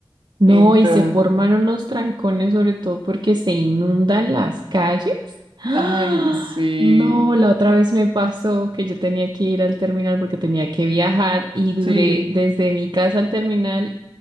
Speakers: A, on the right; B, on the right.
A: No,
B: Entonces,
A: y se formaron los trancones, sobre todo porque se inundan las calles. ¡Ah!
B: ay, sí,
A: No, la otra vez me pasó que yo tenía que ir al terminal porque tenía que viajar y duré
B: sí.
A: desde mi casa al terminal